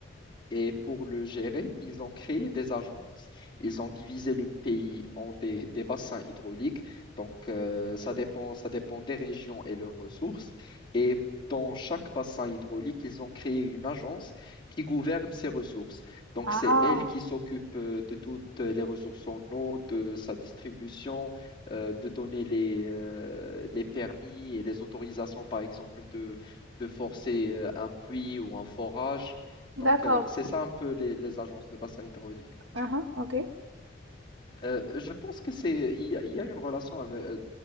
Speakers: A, on the left; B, on the right.
A: Et pour le gérer, ils ont créé des agences. Ils ont divisé le pays en des, des bassins hydrauliques. Donc, euh, ça dépend, ça dépend des régions et leurs ressources. Et dans chaque bassin hydraulique, ils ont créé une agence qui gouverne ces ressources. Donc,
B: Ah,
A: c'est elle qui s'occupe euh, de toutes les ressources en eau, de sa distribution, euh, de donner les, euh, les permis et les autorisations, par exemple, de, de forcer euh, un puits ou un forage.
B: d'accord.
A: Donc, euh, c'est ça un peu les, les agences de bassin hydraulique.
B: Uhum, ok.
A: Euh, je pense que c'est, il y a, il y a une relation avec, euh,